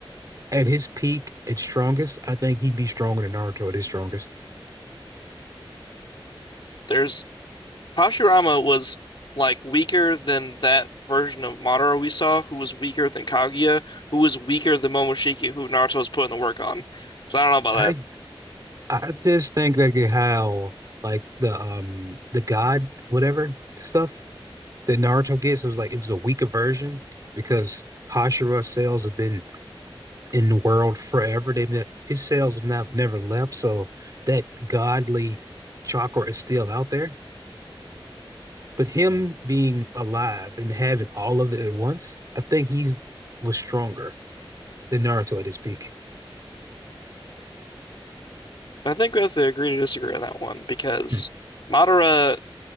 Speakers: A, on the right (about 40°); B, on the left (about 60°).
A: at his peak, at strongest, I think he'd be stronger than Naruto at his strongest.
B: There's Hashirama was like weaker than that version of Madara we saw, who was weaker than Kaguya, who was weaker than Momoshiki, who Naruto's putting the work on. So I don't know about
A: I I just think like how like the um the God whatever stuff that Naruto gets it was like it was a weaker version because Hashira cells have been in the world forever. They've ne his cells have not never left, so that godly chakra is still out there. But him being alive and having all of it at once, I think he's was stronger than Naruto at his peak.
B: that. I think we have to agree to disagree on that one because
A: Mm.
B: Madara,